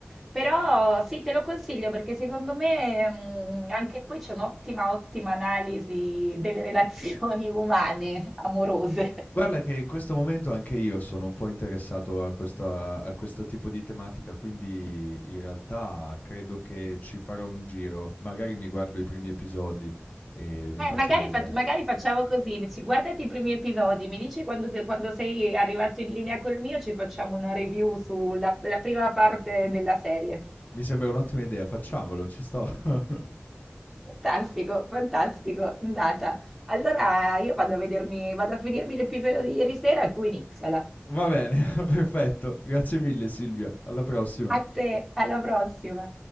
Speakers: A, in the centre; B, on the left.
A: Però sì, te lo consiglio perché secondo me mm, anche qui c'è un'ottima, ottima analisi delle relazioni umane, amorose.
B: Guarda che in questo momento anche io sono un po' interessato a questa a questo tipo di tematica, quindi in realtà credo che ci farò un giro. Magari mi guardo i primi episodi e mi
A: Eh,
B: faccio
A: magari,
B: un'idea.
A: fac- magari facciamo così, ci- guardati i primi episodi, mi dici quando, che- quando sei arrivato in linea col mio, ci facciamo una review sulla la prima parte della serie.
B: Mi sembra un'ottima idea, facciamolo, ci sto. <laughs>
A: Fantastico, fantastico, andata. Allora io vado a vedermi, vado a finirmi l'episodio di ieri sera e tu iniziala.
B: Va bene, <laughs> perfetto. Grazie mille Silvia, alla prossima.
A: A te, alla prossima.